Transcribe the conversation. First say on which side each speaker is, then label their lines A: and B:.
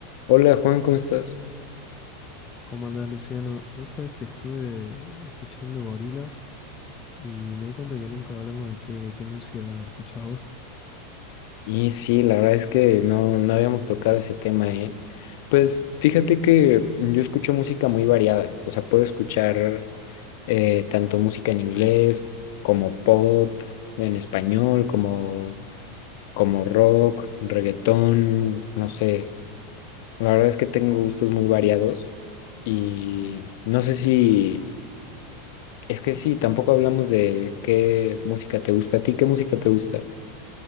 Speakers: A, on the left; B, on the left.
A: Hola Juan, ¿cómo estás?
B: ¿Cómo andás, Luciano? Vos sabés que estuve escuchando gorilas y me di cuenta que nunca hablamos de qué, qué música escuchás vos.
A: Y sí, la verdad es que no, no habíamos tocado ese tema, ¿eh? Pues fíjate que yo escucho música muy variada, o sea, puedo escuchar eh, tanto música en inglés como pop, en español, como, como rock, reggaetón, no sé. La verdad es que tengo gustos muy variados y no sé si, es que sí, tampoco hablamos de qué música te gusta. ¿A ti qué música te gusta?